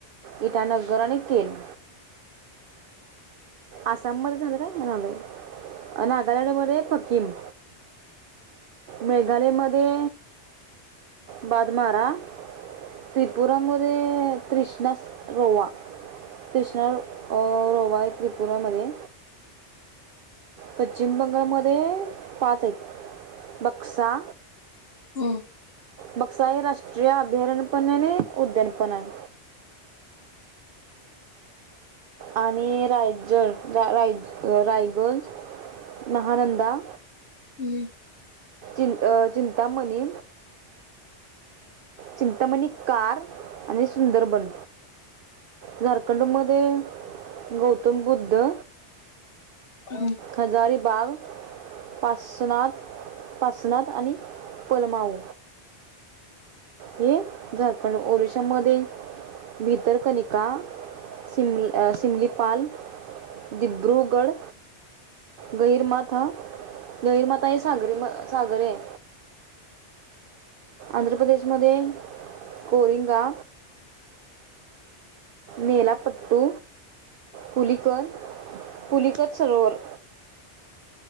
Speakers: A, on the right; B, on the left.
A: इटानगर आणि केन आसाममध्येध्ये झालं काय हनॉले नागालँडमध्येध्ये फकीम मेघालय मध्ये बादमारा त्रिपुरामध्ये त्रृष्णा रोवा त्रृष्णा रोवा आहे त्रिपुरामध्ये पश्चिम बंगालमध्ये पाच आहेत बघ. बसा
B: हम्म
A: बक्सा हे राष्ट्रीय अभयारण्यपणने उद्यानपण आहे. आणि रायड रा रायगंज महानंदा
B: हम्.
A: ि चिंतामणी चिंतामणी कार आणि सुंदरबन झारखंड मध्ये गौतम बुद्ध
B: हम्म हम्म
A: हजारीबाग पासनाथ पासनाथ आणि पलमाऊ ये झाल. पण ओडिसा मध्ये मी तर कनिका सिमी अ सेमी पाल दिध्रुगड गैर माथ हा गहीरमाथा हे सागरी सागर आहे. आंध्र प्रदेश मध्ये कोरिंगा नेलापट्टू पुुलीकर पुलिकच सरोवर